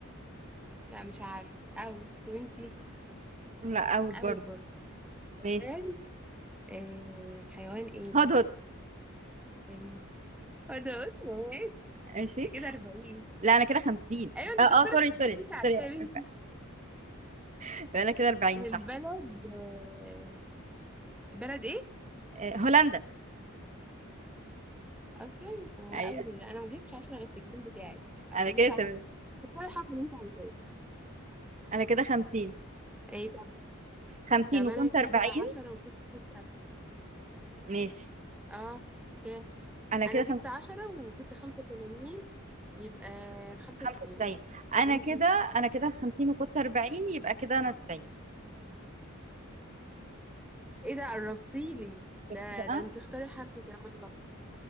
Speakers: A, in the centre; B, on the right.
A: لا مش عارف أوت وأنتي
B: لا اوت برضه
A: أوت برضه حيوان
B: ماشي
A: آه حيوان إيه
B: هدهد
A: آه، انا قلت ماشي
B: ماشي
A: انت كده 40
B: لا انا كده 50
A: ايوه انت
B: اه اه
A: تختار
B: سوري
A: الحاجات
B: سوري
A: اللي انت عارفاها
B: سوري
A: يا
B: <laughs>
A: بنتي
B: يبقى انا كده 40
A: البلد
B: صح
A: آه، بلد ايه
B: آه هولندا
A: اصلا هو
B: ايوه
A: اول كده انا ما جبتش 10 غير في الجيم بتاعك انا
B: انا كده
A: مش
B: تمام
A: عارفه تختار الحرف اللي انت عايزاه
B: انا كده 50
A: ايه طب
B: 50
A: طب
B: وكنت
A: انا كده
B: 40
A: 10 وكنت خمسة
B: ماشي
A: اه كام
B: انا
A: انا
B: كده خمس...
A: جبت 10 وكنت 85 يبقى 95
B: 95 انا
A: وانتي
B: كده انا كده 50 وكنت 40 يبقى كده انا 90
A: ايه ده قربتيلي ده
B: شفتي بقى
A: ده انت اختاري حرف كمان بقى